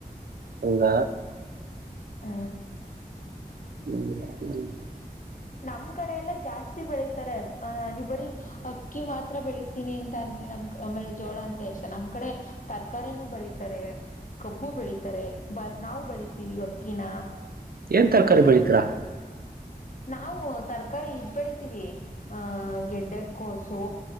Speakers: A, on the right; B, on the left.
A: ಹಂಗ
B: ಹ
A: <unintelligible>
B: ನಮ್ ಕಡೆ ಎಲ್ಲಾ ಜಾಸ್ತಿ ಬೆಳಿತಾರೆ ಅ ನೀವು ಬರೀ ಅಕ್ಕಿ ಮಾತ್ರ ಬೆಳತೀನಿ ಅಂತ ಅಂದ್ರಿ ನಮ್ ಆಮೇಲೆ ಜೋಳ ಅಂದ್ರೆ ಅಷ್ಟ ನಮ್ ಕಡೆ ತರಕಾರಿನೂ ಬೆಳಿತಾರೆ ಕಬ್ಬು ಬೆಳಿತಾರೆ ಬಟಾ ನಾವು ಬೆಳಿತೀವಿ ಅಕ್ಕಿನ.
A: ಏನ್ ತರಕಾರಿ ಬೆಳಿತ್ತಿರ
B: ಬತ್ ನಾವು ತರಕಾರಿ ಇದ್ ಬೆಳಿತೀವಿ ಹ ಗೆಡ್ಡೆ ಕೋಸು.